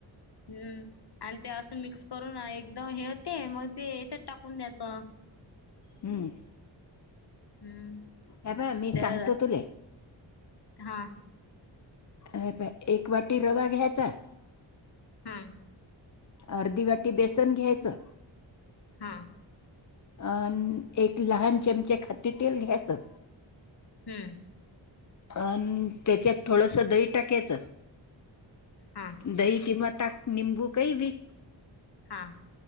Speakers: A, on the left; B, on the left.
A: हम्म आणि ते असं मिक्स करून एकदम हे होते मग ते याच्यात टाकून द्यायचं.
B: हम्म.
A: हम्म.
B: अ बा मी
A: त्या
B: सांगतो तुला.
A: हा.
B: अर प एक वाटी रवा घ्यायचा.
A: हा
B: अर्धी वाटी बेसन घ्यायचं.
A: हम्म.
B: अ एक लहान चमचे खादे तेल घ्यायचं
A: हम्म
B: अ त्यांच्यात थोडस दही टाकायचं
A: हा
B: दही किं तात निबू काही ब
A: हा